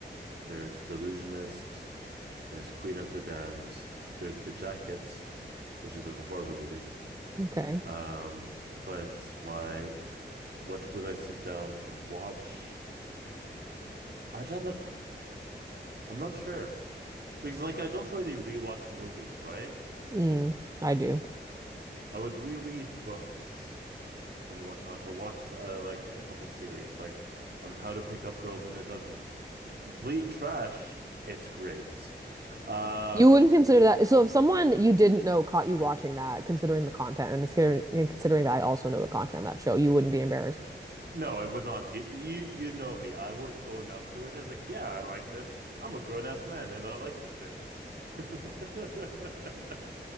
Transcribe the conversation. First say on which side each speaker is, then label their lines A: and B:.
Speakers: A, on the right; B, on the right.
A: There's The Illusionist. There's Queen of the Damned. There's The Jacket, which is a horror movie.
B: Okay.
A: Um, but like, what would I sit down and watch? I don't know. I'm not sure because like I don't really rewatch movies, right?
B: Mm, I do.
A: I would reread books and whatnot, or watch uh, like a couple series, like um How to Pick Up Girls in a Dungeon. Complete trash. It's great. Um,
B: You wouldn't consider that. So if someone you didn't know caught you watching that, considering the content and considering, and considering that I also know the content of that show, you wouldn't be embarrassed.
A: no, I would not. You you you know me. I would own up to it as like, yeah, I like this. I'm a grown ass man and I like this shit. <laughs>